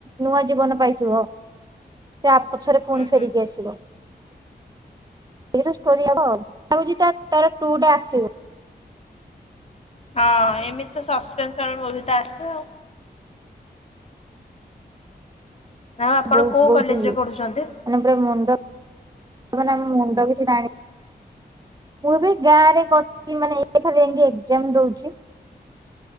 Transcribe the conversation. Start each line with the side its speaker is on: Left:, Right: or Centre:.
Right: ନୂଆ ଜୀବନ ପାଇଥିବ। ସେ ଆ ପଛରେ ପୁଣି
Left: ହୁଁ ହୁଁ
Right: ଫେରିକି ଆସିବ। ଏଇରା ଷ୍ଟୋରି ହବ ଲାଗୁଚି ତାର ଟୁ ଡେ ଆସିବ।
Left: ହଁ ଏମିତି ତ ସସ୍ପେନ୍ସ ମୁଁ ଭିତ ଆସେ ଆଉ। ଆଉ ଆପଣ
Right: ବହୁତ
Left: କୋଉ
Right: ବହୁତ
Left: କଲେଜ
Right: ଇଏ
Left: ରେ ପଢୁଛନ୍ତି?
Right: ମାନେ ପୁରା ମୁଣ୍ଡ ମାନେ ଆମ ମୁଣ୍ଡ କିଛି ନାଇଁ। ମୁଁ ଏ ବି ଗାଁରେ କରୁଚି ମାନେ ଏଠାରେ ଏମିତି ଏଜାମ ଦଉଛି।